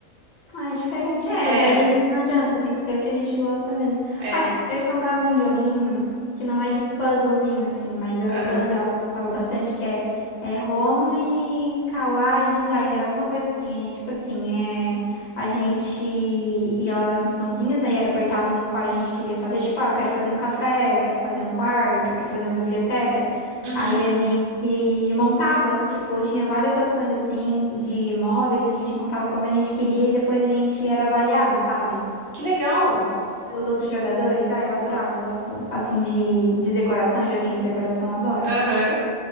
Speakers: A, on the left; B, on the right.
A: Ah, é diferente. É,
B: É,
A: daí não adianta, tem que ser o que a gente gosta mesmo.
B: é,
A: Ah, eu jogava um joguinho que não é de puzzlezinho, assim, mas era
B: aham,
A: bem legal, que eu gostava bastante, que é, é Roma e Kawaii Designer, alguma coisa assim. Aí, tipo assim, é, a gente ia lá nas missãozinhas, né, e apertava no qual a gente queria fazer, tipo, ah, eu quero fazer um café, eu quero fazer um quarto, eu quero fazer uma biblioteca.
B: uhum.
A: Aí a gente montava, tipo, tinha várias opções assim de móveis, a gente montava como a gente queria e depois a gente era avaliado, sabe?
B: Que legal.
A: Pelos outros jogadores. Ah, eu adorava, eu gosto assim de, de decoração, joguinho de decoração, eu adoro.
B: Aham.
A: O